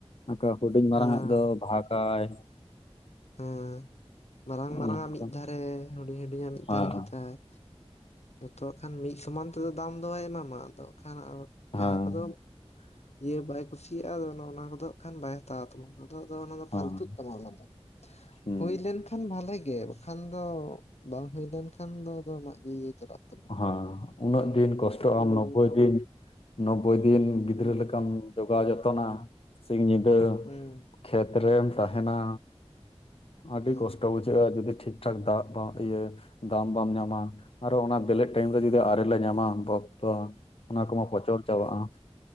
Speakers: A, on the left (about 60°); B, on the left (about 75°).
A: ᱟᱠᱟ ᱦᱩᱰᱤᱧ ᱢᱟᱨᱟᱝ
B: ᱦᱮᱸ
A: ᱟᱜ ᱫᱚ ᱵᱟᱜᱟᱭ᱾
B: ᱦᱮᱸ ᱢᱟᱨᱟᱝ
A: ᱦᱚᱸᱜᱼᱚ
B: ᱢᱟᱨᱟᱝ
A: ᱱᱚᱝᱠᱟ
B: ᱟᱜ ᱢᱤᱫ ᱫᱷᱟᱨᱮ ᱦᱩᱰᱤᱧ ᱦᱩᱰᱤᱧ ᱟᱜ ᱢᱤᱫ ᱫᱷᱟᱨᱮ
A: ᱦᱮᱸ
B: ᱠᱮᱫᱟᱭ᱾ ᱡᱚᱛᱚᱣᱟᱜ ᱠᱷᱟᱱ ᱢᱤᱫ ᱥᱚᱢᱟᱱ ᱛᱮᱫᱚ ᱫᱟᱢ ᱫᱚ ᱵᱟᱭ ᱮᱢᱟᱢᱟ ᱟᱫᱚ ᱠᱷᱟᱱ ᱟᱨ ᱡᱟᱦᱟᱸ
A: ᱦᱮᱸ
B: ᱠᱚᱫᱚᱼᱼ ᱤᱭᱟᱹ ᱵᱟᱭ ᱠᱩᱥᱤᱭᱟᱜᱼᱟ ᱟᱫᱚ ᱚᱱᱟ ᱠᱚᱫᱚ ᱦᱟᱜ ᱠᱷᱟᱱ ᱵᱟᱭᱼᱼ ᱦᱟᱛᱟᱣ ᱛᱟᱢᱟ ᱟᱫᱚ ᱚᱱᱟ ᱫᱚ
A: ᱦᱮᱸ
B: ᱯᱷᱟᱞᱛᱩᱜ ᱛᱟᱢᱟ ᱚᱱᱟ ᱫᱚ
A: ᱦᱩᱸ
B: ᱦᱩᱭ ᱞᱮᱱᱠᱷᱟᱱ, ᱵᱷᱟᱞᱮᱜ ᱜᱮ ᱵᱟᱠᱷᱟᱱ ᱫᱚ ᱵᱟᱝ ᱦᱩᱭ ᱞᱮᱱᱠᱷᱟᱱ ᱫᱚ ᱟᱢᱟᱜ ᱜᱮ ᱤᱭᱟᱹ ᱪᱟᱞᱟᱜᱼᱼ ᱠᱟᱱᱟ,
A: ᱦᱮᱸ ᱩᱱᱟᱹᱜ ᱫᱤᱱ ᱠᱚᱥᱴᱚᱜ ᱟᱢ
B: ᱧᱩᱨᱩ
A: ᱱᱚᱵᱵᱳᱭ
B: ᱛᱟᱢᱟ
A: ᱫᱤᱱ ᱱᱚᱵᱽᱵᱳᱭ ᱫᱤᱱ ᱜᱤᱫᱽᱨᱟᱹ
B: ᱦᱩᱸ
A: ᱞᱮᱠᱟᱢ, ᱡᱚᱜᱟᱣ ᱡᱚᱛᱚᱱᱟ ᱥᱤᱧ ᱧᱤᱫᱟᱹ
B: ᱦᱩᱸ
A: ᱠᱷᱮᱛ ᱨᱮᱢ ᱛᱟᱦᱮᱱᱟ, ᱟᱹᱰᱤ
B: ᱦᱮᱸ
A: ᱠᱚᱥᱴᱚ ᱵᱩᱡᱷᱟᱹᱜᱼᱟ ᱡᱩᱫᱤ ᱴᱷᱤᱠᱴᱷᱟᱠ ᱫᱟᱜ ᱤᱭᱟᱹ ᱫᱟᱢ ᱵᱟᱢ ᱧᱟᱢᱟ ᱟᱨᱚ ᱚᱱᱟ, ᱵᱮᱞᱮᱫ ᱴᱟᱭᱤᱢ ᱨᱮ ᱡᱩᱫᱤ ᱟᱨᱮᱞ ᱞᱮ ᱧᱟᱢᱟ ᱵᱟᱵᱵᱟ ᱱᱟ ᱠᱚᱢᱟ ᱯᱚᱪᱚᱨ ᱪᱟᱵᱟᱜᱼᱟ,